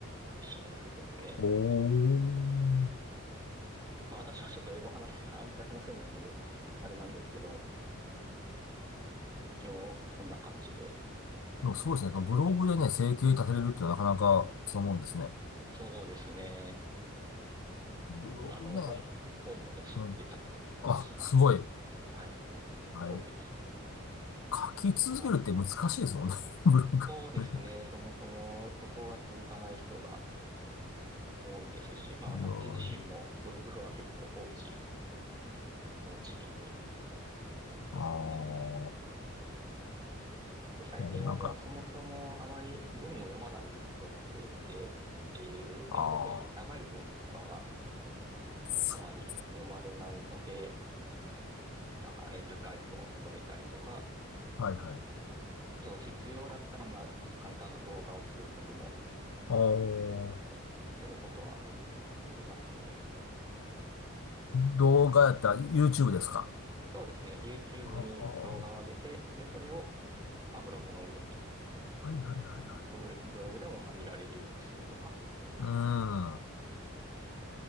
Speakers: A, on the right; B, on the left.
A: ビジネスですね。
B: おー。
A: まあ私はちょっと英語話せない、あんまり話せないので、あれなんですけど、一応そんな感じで
B: でもそうですね。
A: やっております。
B: ブログでね、生計立てれるってのはなかなかそう思うんですね。
A: そうですね。
B: ブログね。
A: うんあの、本、本も出してたりします。
B: うん。あ、すごい。
A: はい。
B: あれ、
A: そういう、
B: 書き続けるって難しいですもんね。
A: そんな。
B: <laughs> ブログね。
A: そうですね。そもそもそこが続かない人が多いですし、まあ私自身もブログは結構放置、
B: すごい。
A: 放置気味ですね。
B: ああ。
A: で、最近はもうそもそもあまり文を読まない人も増えてっていう、
B: いやでもなんか、
A: まあ特に長い文とかは
B: ああ。そ
A: あまり読まれないので、なんかね、図解を添えたりとか、
B: う。はいはい。
A: あと必要だったらまあ簡単な動画を作ったりも
B: ああ。
A: することはありますね。
B: 動画やったら YouTube ですか。
A: そうですね。YouTube
B: ああ。
A: に動画を上げて、
B: は
A: で、それをまあブログの上に、
B: いはいはいはい。
A: ブロブログでもまあ見られるようにするとか、
B: うん。